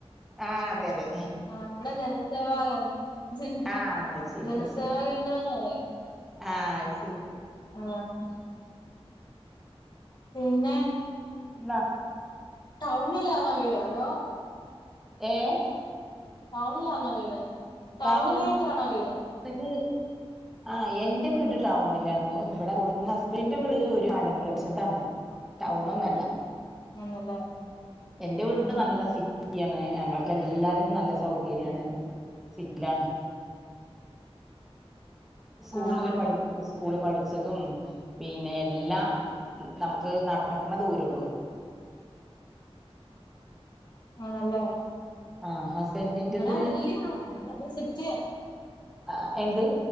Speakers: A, in the centre; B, on the left (about 45°).
A: ആഹ് അതെതെ
B: ആഹ് ഇവിടെ ജനസേവാ കേ ജന
A: ആഹ് അത് ശരി
B: ജനസേവാ
A: അത് ശരി
B: കേന്ദ്രംന്ന് പറയും.
A: ആഹ് അത് ശരി.
B: ആഹ്. പിന്നെ
A: ന്നാ
B: ടൗണിലാന്നോ വീട് അതോ
A: ഏഹ്?
B: ടൗണിലാന്നോ വീട്? ടൗണിലായിട്ടാണോ
A: ടൗണില്
B: വീട്?
A: <unintelligible> ആഹ് എന്റെ വീട് ടൗണിലായിരുന്നു ഇവിടെ കൂടുന്ന ഹസ്ബന്റെ വീട് ഒരു മലം പ്രദേശത്താണ്. ടൗണൊന്നല്ല
B: ആണല്ലേ
A: എന്റെ വീട്
B: ഉം
A: നല്ല സിറ്റി റ്റിയാണ് ഞങ്ങൾക്ക് എല്ലാത്തിനും നല്ല സൗകര്യണ് സിറ്റിലാണ്. സ്കൂളില്
B: ആഹ്
A: പഠി സ്കൂളി പഠിച്ചതും പിന്നെ എല്ലാം നമുക്ക് നടക്കണ ദുരുള്ളു.
B: ആണല്ലേ?
A: ആഹ് ഹസ്ബൻ്റിൻ്റത്
B: ഇവിടെ വല്യ നല്ല സിറ്റിയാ
A: ആഹ് എന്ത്?